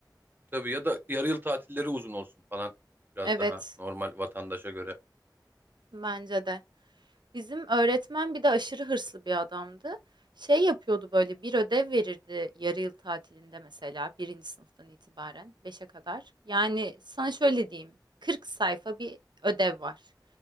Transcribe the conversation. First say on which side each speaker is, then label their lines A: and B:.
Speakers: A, on the right (about 25°); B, on the right (about 80°).
A: Tabii ya da yarı yıl tatilleri uzun olsun falan. Biraz
B: Evet
A: daha normal vatandaşa göre.
B: bence de. Bizim öğretmen bir de aşırı hırslı bir adamdı. Şey yapıyordu böyle bir ödev verirdi yarı yıl tatilinde mesela birinci sınıftan itibaren beşe kadar. Yani sana şöyle diyeyim 40 sayfa bir ödev var.